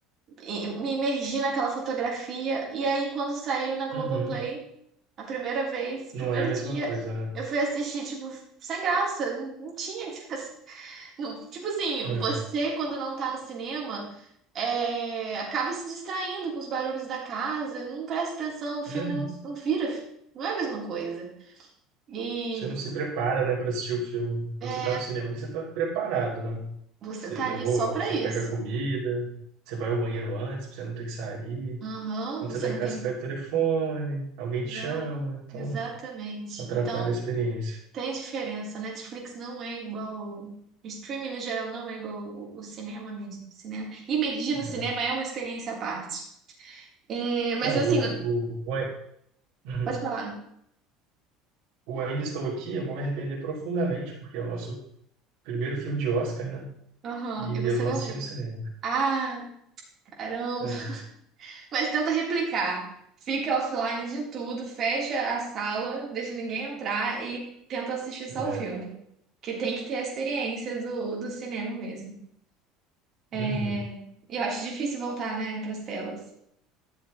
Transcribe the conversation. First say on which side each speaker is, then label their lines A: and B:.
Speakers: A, on the right (about 35°); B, on the right (about 65°).
A: e- me imergi naquela fotografia. E aí, quando saiu na Globoplay,
B: Uhum.
A: a primeira vez, o
B: Não
A: primeiro
B: é a mesma
A: dia,
B: coisa,
A: eu fui assistir, tipo, sem graça, não não tinha <laughs> graça. Não, tipo assim,
B: né?
A: você
B: É.
A: quando não tá no cinema, é, acaba se distraindo com os barulhos da casa, não presta atenção, o filme
B: Uhum.
A: não, não vira, não é a mesma coisa. E
B: Você não se prepara, né, para assistir o filme. Quando
A: é,
B: você tá no cinema, ali, você tá preparado, né?
A: você
B: Você
A: tá
B: levou,
A: ali só pra
B: você
A: isso.
B: pega a comida, você vai ao banheiro antes, pra você não ter que sair.
A: Aham,
B: Quando
A: você
B: você tá
A: não
B: em casa,
A: tem.
B: você pega o telefone, alguém te chama,
A: Ah,
B: então
A: exatamente.
B: atrapalha
A: Então
B: a experiência.
A: tem diferença. Netflix não é igual. O Streaming no geral não é igual o, o cinema mesmo. Cinema. Imergir
B: né?
A: no cinema é uma experiência à parte. É, mas
B: Não,
A: assim,
B: o, o, o, Uhum.
A: pode falar.
B: o Ainda Estou Aqui, eu vou me arrepender profundamente, porque é o nosso primeiro filme de Oscar, né?
A: Aham,
B: E
A: E você
B: eu não
A: não
B: assisti
A: viu.
B: no cinema.
A: Ah, caramba.
B: É,
A: Mas tenta replicar. Fica offline de tudo, fecha a sala, deixa ninguém entrar e tenta assistir só
B: é.
A: o filme. Que tem que ter a experiência do, do cinema mesmo.
B: Uhum.
A: É, E eu acho difícil voltar, né, pras telas.